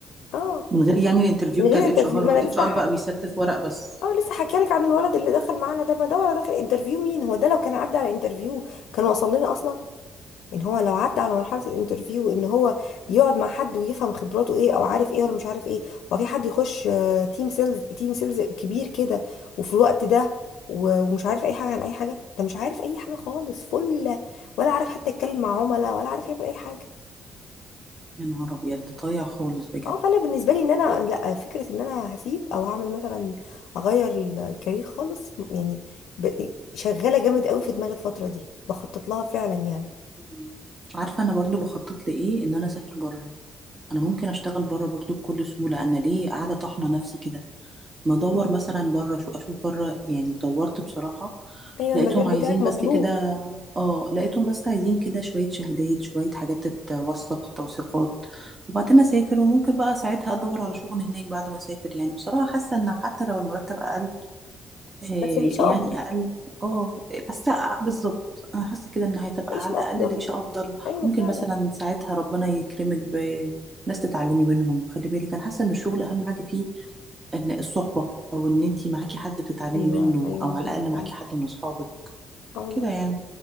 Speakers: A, on the left; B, on the right.
A: اه
B: من غير يعني الانترفيو
A: من
B: بتاع
A: غير
B: الاتش
A: انترفيو
B: ار
A: ما
B: والاتش
A: انا لسه
B: ار بقى بيستف ورق بس
A: اه لسه حكيالك لك عن الولد اللي دخل معانا ده ما ده ولا دخل انترفيو مين هو ده لو كان عدى على انترفيو كان وصل لنا اصلا ان هو لو عدى على مرحله الانترفيو ان هو يقعد مع حد ويفهم خبراته ايه او عارف ايه ولا مش عارف ايه وفي حد يخش آه، تيم سيلز تيم سيلز كبير كده وفي الوقت ده و- ومش عارف اي حاجه عن اي حاجه ده مش عارف اي حاجه خالص فله ولا عارف حتى يتكلم مع عملاء ولا عارف يعمل اي حاجه
B: يا نهار ابيض ده ضايع خالص بجد
A: اه فانا بالنسبه لي ان انا لا فكره ان انا هسيب او هعمل مثلا اغير ال- الكارير خالص م- يعني ب- شغاله جامد قوي في دماغي الفتره دي بخطط لها فعلا يعني
B: مم. عارفه انا برضو بخطط لايه ان انا اسافر بره انا ممكن اشتغل بره برضو بكل سهوله انا ليه قاعده طاحنه نفسي كده بدور
A: مم.
B: مثلا بره شو اشوف بره يعني دورت بصراحة
A: ايوه
B: لقيتهم
A: المجال
B: عايزين
A: بتاعك مطلوب
B: بس كده اه لقيتهم بس عايزين كده شوية شهادات شوية حاجات تتوثق توثيقات وبعدين اسافر وممكن بقى ساعتها ادور على شغل هناك بعد ما اسافر يعني بصراحة حاسة ان حتى لو المرتب اقل إيه
A: بس عيشه
B: يعني
A: افضل
B: اقل اه بس بالظبط انا حاسه كده ان هتبقى
A: عيشه
B: على الاقل
A: افضل
B: العيشه افضل
A: ايوه
B: ممكن
A: فعلا
B: مثلا ساعتها ربنا يكرمك بناس تتعلمي منهم خلي بالك انا حاسه ان الشغل اهم حاجه فيه ان الصحبه او ان انتي معاكي حد بتتعلمي
A: ايوه
B: منه
A: ايوه
B: او على الاقل
A: ايوه فعلا
B: معاكي حد من اصحابك
A: اه والله
B: كده يعني